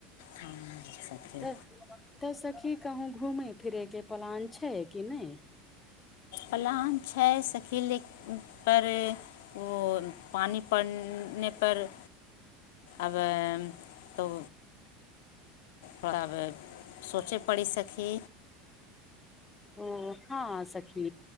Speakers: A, on the left; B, on the left.
A: हँ सखी
B: तऽ तऽ सखी कहूँ घूमै फिरै के प्लान छै कि नहि
A: प्लान छै सखी लेकऽ पर ओ पानि पनेपर आब तब <unintelligible> <unintelligible> ब <unintelligible> सोचै पड़ि सखी
B: ओ हँ सखी